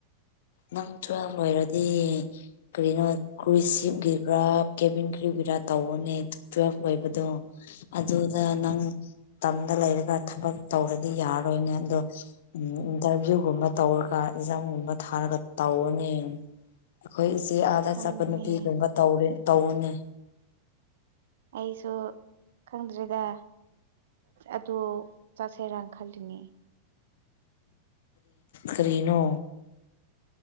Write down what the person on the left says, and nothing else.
ꯅꯪ ꯇꯨꯋꯦꯜꯕ ꯂꯣꯏꯔꯗꯤ ꯀꯔꯤꯅꯣ ꯀꯨꯁꯤꯞꯒꯤꯒꯔꯥ ꯀꯦꯚꯤꯟ ꯀ꯭ꯔꯨꯒꯤꯔꯥ ꯇꯧꯑꯣꯅꯦ ꯇꯨꯋꯦꯜꯐ ꯂꯣꯏꯕꯗꯣ ꯑꯗꯨꯗ ꯅꯪ ꯇꯝꯗ ꯂꯩꯔꯒ ꯊꯕꯛ ꯇꯧꯔꯗꯤ ꯌꯥꯔꯔꯣꯏꯅꯦ ꯑꯗꯣ ꯎꯝ ꯏꯟꯇꯔꯚꯤꯌꯨꯒꯨꯝꯕ ꯇꯧꯔꯒ ꯑꯦꯛꯖꯥꯝꯒꯨꯝꯕ ꯊꯥꯔꯒ ꯇꯧꯑꯣꯅꯦ ꯑꯩꯈꯣꯏ ꯏꯆꯦ ꯑꯥꯗ
ꯆꯠꯄ ꯅꯨꯄꯤꯒꯨꯝꯕ ꯇꯧꯔꯦ ꯇꯧꯅꯤ
ꯀꯔꯤꯅꯣ